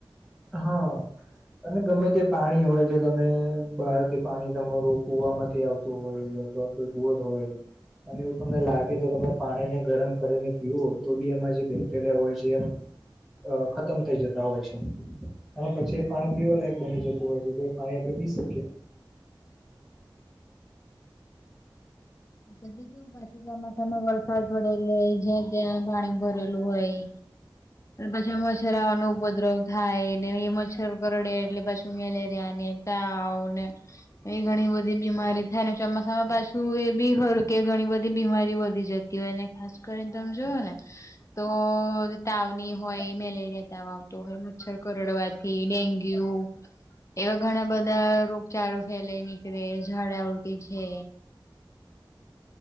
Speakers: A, in the centre; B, on the left.
A: હા. અને ગમે તે પાણી હોય જો તમે બહારથી પાણી તમારું કુવામાંથી આવતું હોય. ટ્રાફિક બોર હોય. અને એવું તમને લાગે તો તમે પાણીને ગરમ કરીને પીઓ તો બી એમાં જે બેક્ટેરિયા હોય છે એ અ ખતમ થઇ જતા હોય છે. અને પછી એ પાણી પીવા લાયક બની જતું હોય છે તો એ પાણી આપડે પી શકીએ.
B: <inaudible> ચોમાસામાં તમે વરસાદ પડેલી જ્યાં ત્યાં પાણી ભરેલું હોય. પછી મચ્છર આવાનો ઉપદ્રવ થાય ને એ મચ્છર કરડે એટલે પછી મેલેરિયા ને ને એ ઘણી બધી બીમારી થાયને ચોમાસામાં પાછું એ બી ખરું કે ઘણી બધી બીમારી વધી જતી હોય ને ખાસ કરીને તમે જુઓ ને તો તાવની હોય મેલેરિયા તાવ આવતો હોય મચ્છર કરડવા થ થી ડેન્ગ્યુ એવા ઘણા બધા રોગચળો ફેલાય નીકળે, ઝડા ઉલટી છે